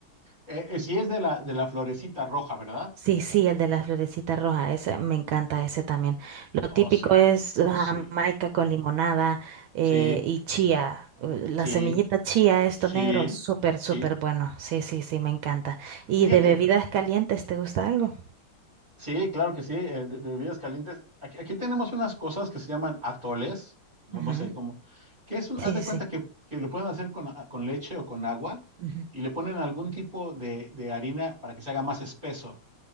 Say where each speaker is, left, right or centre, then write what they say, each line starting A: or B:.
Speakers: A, on the right (about 20°); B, on the right (about 75°).
A: Eh, eh, si es de la, de la florecita roja, ¿verdad?
B: Sí, sí, el de las florecitas rojas, ese me encanta ese también. Lo
A: Oh,
B: típico
A: sí,
B: es la
A: sí,
B: jamaica con limonada eh,
A: sí,
B: y chía. eh, La
A: sí,
B: semillita chía, esto
A: sí,
B: negro, súper,
A: sí.
B: súper bueno. Sí, sí, sí, me encanta. ¿Y
A: Fíjate,
B: de bebidas calientes, te gusta algo?
A: Sí, claro que sí, eh, de, de bebidas calientes. Aquí, aquí tenemos unas cosas que se llaman atoles, no,
B: Ujú,
A: no sé cómo, que es un,
B: Sí,
A: haz de
B: sí,
A: cuenta
B: sí.
A: que, que lo pueden hacer con, ah, con leche o con agua
B: ujú,
A: y le ponen algún tipo de, de harina para que se haga más espeso.